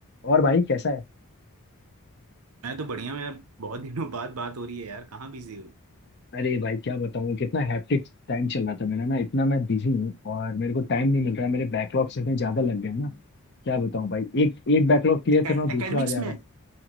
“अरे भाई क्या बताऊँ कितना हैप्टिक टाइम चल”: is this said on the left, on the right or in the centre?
Left